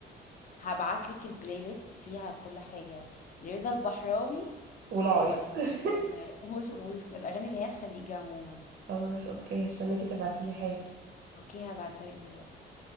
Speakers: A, on the left (about 40°); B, on the right (about 60°).
A: هبعتلك البلاي ليست فيها كل حاجة لرضا البحراوي
B: <laughs> ولا عايد
A: و...
B: <laughs>
A: و... وهو- والأغاني اللي هي الخليجي عموما
B: خلاص اوكي هستناكي تبعتي لي حاجه
A: اوكي هبعتها لك دلوقتي